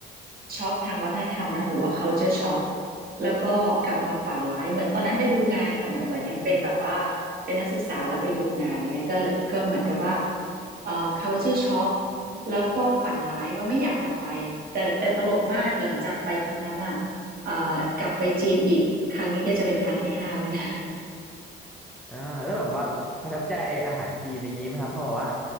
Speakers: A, on the right; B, in the centre.
A: ช็อกทางวัฒนธรรมนะหรือว่า culture shock แล้วก็กลับมาฝันร้ายเหมือนตอนนั้นไปดูงานนะคะเหมือนเหมือนยังเป็นแบบว่าเป็นนักศึกษาแล้วไปดูงานอะไรเงี้ยก็เลยก็เหมือนกับว่าเอ่อ culture shock แล้วก็ฝันร้ายว่าไม่อยากกลับไปแต่แต่ตลกมากหลังจากไปครั้งนั้นอ่ะเอ่อกลับไปจีนอีกครั้งนี้ก็จะเป็นครั้งที่ห้าเลยนะ
B: อ่าแล้วแบบว่าประทับใจอาหารจีนอย่างนี้ไหมครับเพราะแบบว่า